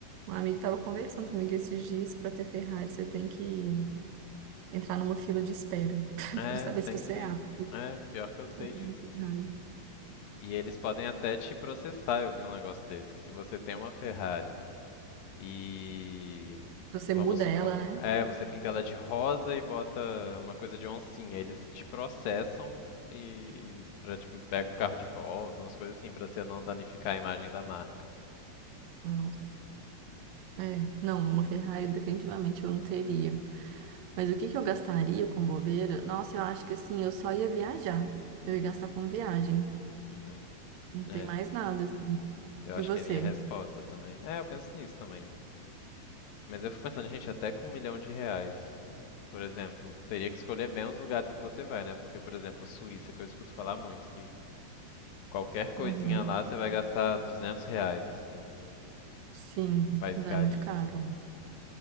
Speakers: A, on the right; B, on the left.
A: um amigo estava conversando comigo esses dias que para ter Ferrari você tem que entrar numa fila de espera <laughs>
B: É,
A: para saber
B: tem
A: se você
B: sim.
A: é apto
B: É, pior que eu sei
A: para ter
B: disso,
A: uma Ferrari.
B: sim. E eles podem até te processar, eu vi um negócio desse, que se você tem uma Ferrari E
A: Se Você
B: vamos
A: muda
B: supor,
A: ela,
B: é,
A: né?
B: você pinta ela de rosa e bota uma coisa de oncinha. Eles te processam e para tipo pega o carro de volta, umas coisas assim, pra você não danificar a imagem da marca.
A: Nossa. É, não, uma Ferrari definitivamente eu não teria. Mas o que que eu gastaria com bobeira? Nossa, eu acho que assim, eu só ia viajar. Eu ia gastar com viagem.
B: Uhum.
A: Não
B: É,
A: tem mais nada, assim.
B: eu
A: E
B: acho
A: você?
B: que é a minha resposta também. É, eu penso nisso também. Mas eu fico pensando, gente, até com um milhão de reais, por exemplo, teria que escolher bem os lugares que você vai, né? Porque, por exemplo, Suíça, que eu escuto falar muito, que qualquer coisinha
A: Uhum.
B: lá você vai gastar 200 reais, assim, e
A: Sim,
B: um país
A: não
B: caríssimo.
A: é muito caro.